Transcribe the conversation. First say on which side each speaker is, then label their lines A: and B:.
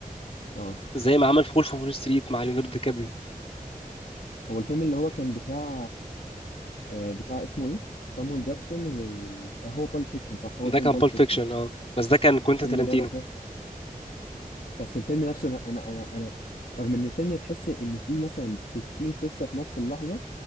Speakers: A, on the left (about 80°); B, on the left (about 40°).
A: اه
B: زي ما عمل في وولف اوف وول ستريت مع ليوناردو دي كابريو
A: هو الفيلم اللي هو كان بتاع آه، بتاع اسمه ايه؟ سامويل جاكسون و آه، هو بالب فيكشن صح هو
B: ده
A: فيلم
B: كان
A: بالب
B: بول
A: فيكشن
B: فيكشن اه بس ده كان
A: الفيلم
B: كوينتين تارانتينو
A: ده انا بس الفيلم نفسه انا انا انا, أنا رغم ان الفيلم تحس ان فيه مثلا 60 قصة في نفس اللحظة